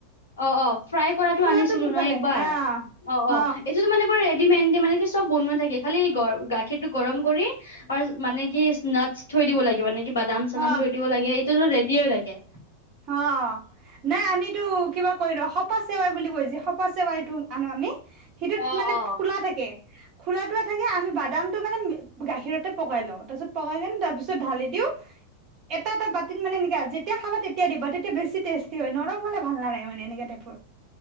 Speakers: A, on the left; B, on the right.
A: অঁ অঁ ফ্ৰাই কৰাটো
B: খোলাটো
A: আনিছিলো
B: বহুত
A: নহয়
B: ভাল লাগে
A: একবাৰ
B: আহ
A: অ
B: হ
A: অ এইটোো মানোৰ মে দি মানে কি চব বনোৱা থাকে খালিৰ গাখীৰ টো গৰম কৰি আৰু মানে কি নাটচ থৈ দিব লাগে, মানে কি? কিবাবাদাম চাদাম
B: হ
A: থৰি দিব লাগে এইটো ৰেডি হৈ লাগে।
B: অঁ নাই আমিতো কিবা কৈ ৰ সপা চেৱাই বুলি কৈছে সপা চেৱাইতো। আনো আমি সেইটোত
A: অ
B: মানে
A: অ
B: ফুলা থাকে। খোল এ থাকে আমি বাদামটো মানে গাখীৰতে পকাই লওঁ তাৰপিছত পকাই কে তাৰ পিছত ঢালি দিও এটা এটা বাতিত মানে এনে যেতিয়া খাবা তেতিয়া তেতি দিব তেয়া বেছি টেষ্টি হয় নম হলে ভাল নালাগে মানে এনেকে টাইপৰ